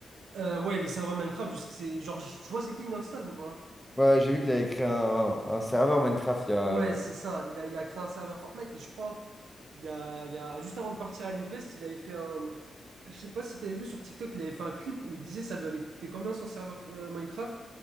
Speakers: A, on the right; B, in the centre.
A: euh, ouais, les serveurs Minecraft, je sais que c'est... Genre tu vois c'est qui Inoxtag ou pas?
B: Ouais, ouais, j'ai vu qu'il avait créé un, un serveur Minecraft il y a,
A: Ouais,
B: il y a
A: c'est ça. Il a, il a créé un serveur Fortnite et je crois, il y a, il y a, juste avant de partir à l'Everest, il avait fait un. Je sais pas si t'avais vu sur TikTok, il avait fait un clip où il disait ça lui avait coûté combien son serveur euh, Minecraft.